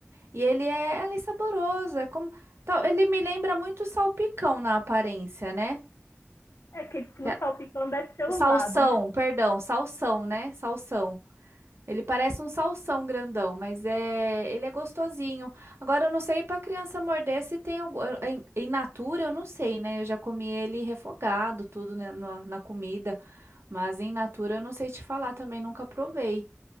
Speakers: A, on the right; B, on the left.
A: E ele é, ele é saboroso, é como, tal- ele me lembra muito salpicão na aparência, né?
B: É que diz que no
A: é-
B: salpicão deve ser usado,
A: Salsão,
B: né?
A: perdão, salsão, né? Salsão. Ele parece um salsão grandão, mas é, ele é gostosinho. Agora eu não sei para criança morder se tem algum, em, em natura, eu não sei, né? Eu já comi ele refogado, tudo né, na, na comida, mas em natura eu não sei te falar também, nunca provei.